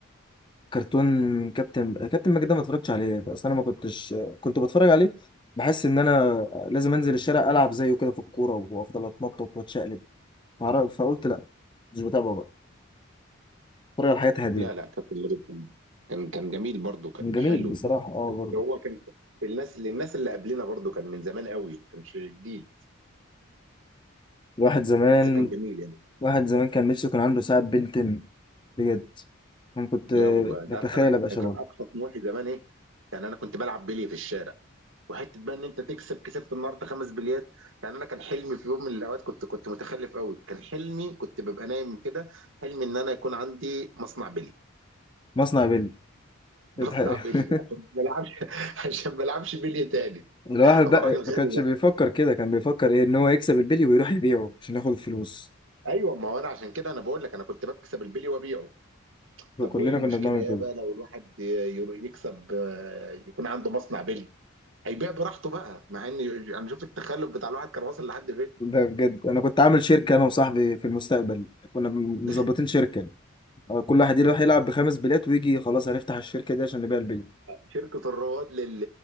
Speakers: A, on the left; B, on the right.
A: كرتون كابتن كابتن ماجد ده ما اتفرجتش عليه بس انا ما كنتش كنت بتفرج عليه بحس ان انا لازم انزل الشارع العب زيه كده في الكوره وافضل اتنطط واتشقلب معرف- فقلت لا مش بتابعه بقى اتفرج على حياة هاديه
B: لا لا كان فيلم جدا كان كان جميل برضه كان
A: جميل
B: حلو
A: بصراحه اه برضه
B: هو كان الناس للناس اللي قبلنا برضه كان من زمان قوي ما كانش جديد
A: الواحد زمان
B: بس كان جميل يعني
A: واحد زمان كان نفسه كان عنده ساعة بنتن بجد انا كنت
B: لا والله انت
A: بتخيل
B: عارف انا
A: ابقى شبهه
B: كان اقصى طموحي زمان ايه يعني انا كنت بلعب بلي في الشارع وحته بقى ان انت تكسب كسبت النهارده خمس بليات يعني انا كان حلمي في يوم من الاوقات كنت كنت متخلف قوي كان حلمي كنت ببقى نايم كده حلمي ان انا يكون عندي مصنع بلي
A: مصنع بيلي
B: بصنع
A: <laughs>
B: بلي عشان ما بلعبش <laughs> عشان ما بلعبش بلي تاني
A: الواحد
B: ابقى
A: بقى
B: راجل غني
A: ما كانش بيفكر كده كان بيفكر ايه ان هو يكسب البلي ويروح يبيعه عشان ياخد الفلوس
B: ايوه ما هو انا عشان كده انا بقول لك انا كنت بكسب البلي وابيعه طب
A: كلنا
B: وايه المشكله
A: كنا بنعمل
B: ايه
A: كده
B: بقى لو الواحد يرو- يكسب آه، يكون عنده مصنع بلي هيبيع براحته بقى مع ان انا شوف التخلف بتاع الواحد كان واصل لحد فين
A: ده بجد انا كنت عامل شركة انا وصاحبي في المستقبل كنا مظبطين
B: <laughs>
A: شركة آه، كل واحد يروح يلعب بخمس بليات ويجي خلاص هنفتح الشركة دي عشان نبيع البلي
B: شركه الرواد لل...